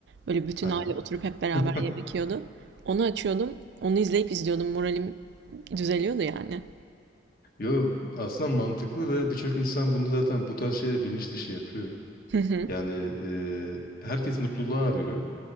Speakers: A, on the right; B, on the left.
A: Böyle bütün
B: Aha.
A: aile oturup hep beraber
B: <laughs>
A: yemek yiyordu. Onu açıyordum. Onu izleyip izliyordum. Moralim düzeliyordu yani.
B: Yo aslında mantıklı ve birçok insan bunu zaten bu tarz şeyleri bilinç dışı yapıyor.
A: Hı hı.
B: Yani e, herkes mutluluğu arıyor.